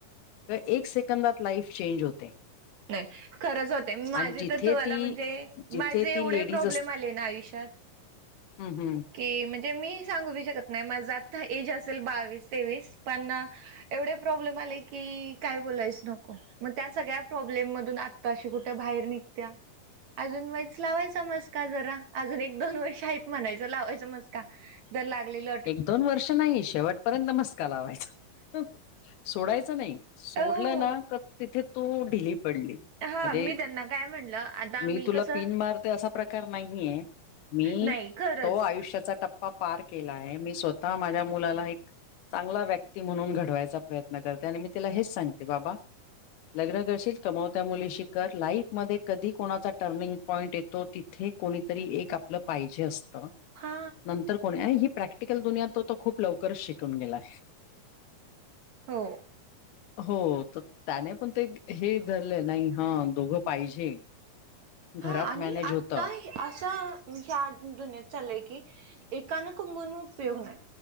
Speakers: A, on the left; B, on the right.
A: तर एक सेकंदात लाईफ चेंज होते
B: नाही खरंच होते माझे
A: आणि जिथे
B: तर तुम्हाला
A: ती
B: म्हणजे
A: जिथे
B: माझे एवढे
A: ती लेडीज
B: प्रॉब्लेम आले ना आयुष्यात ह
A: हम हम
B: की म्हणजे मी सांगू बि शकत नाही माझं आता एज असेल बावीस तेवीस पण एवढे प्रॉब्लेम आले की काय बोलायच नको मग त्या सगळ्या प्रॉब्लेम मधून आताशी कुठे बाहेर निघत्या अजून व्हाच लावायचा मस्का जरा अजून एक दोन वर्ष आहेत म्हणायचं लावायचं मस्त का जर लागलेल
A: एक दोन वर्ष नाही शेवटपर्यंत मस्का लावायचा सोडायचं नाही सोडलं
B: हो
A: ना तिथे तो ढिली पडली म्हणजे
B: हा मी त्यांना काय म्हणलं आता आम्ही
A: मी तुला
B: कसं
A: पिन मारते असा प्रकार नाही मी
B: नाही खरंच
A: तो आयुष्याचा टप्पा पार केलाय आहे मी स्वतः माझ्या मुलाला एक चांगला व्यक्ती म्हणून घडवायचा प्रयत्न करते आणि मी तिला हेच सांगते बाबा लग्न करशील कमवत्या मुलीशी कर लाईफ मध्ये कधी कोणाचा टर्निंग पॉईंट येत तो तिथे कोणीतरी एक आपलं पाहिजे असतं.
B: हा.
A: तर कोणी आणि ही प्रॅक्टिकल दुनिया तो खूप लवकरच शिकून गेलाय.
B: हो.
A: हो तर त्याने पण ते हे धरलं नाही हा दोघं पाहिजे.
B: हा
A: घरात
B: आणि
A: मॅनेज
B: आता
A: होतं
B: हे असा ह्या दुनियात चालय की एकानं कमून उपयोग नाही.